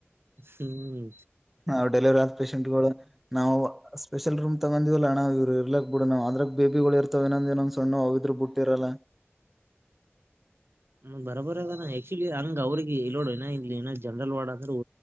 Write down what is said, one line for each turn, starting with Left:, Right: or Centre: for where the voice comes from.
Right: ಹ್ಮ್
Centre: ಹಾ ಡೆಲಿವರಿ ಆದ ಪೇಶಷೆಂಟ್ಗಳು <unintelligible> ನಾವು ಸ್ಪೆಷಲ್ ರೂಮ್ ತಗೊಂಡಿವವಲ್ಲಣ್ಣ ಇವ್ ಇರ್ಲಕ್ ಬಿಡು ನವು ಅದ್ರಾಗ ಬೇಬಿಗಳು ಇರ್ತವನಂದ ಇನ್ನೊಂದೇನು ಸಣ್ಣ ಅವ ಹ್ರ ಬಿಟ್ಟಿರಲ್ಲ
Right: ಹ್ಮ ಬರೋಬರ ಅದ ಆಕ್ಚುಲಿ ಹಂಗ ಅವ್ರಿಗೆ ಇೋಡುಏ ಇ ಜನರಲ್ ವಡಡ್ಂದ್ರೆದ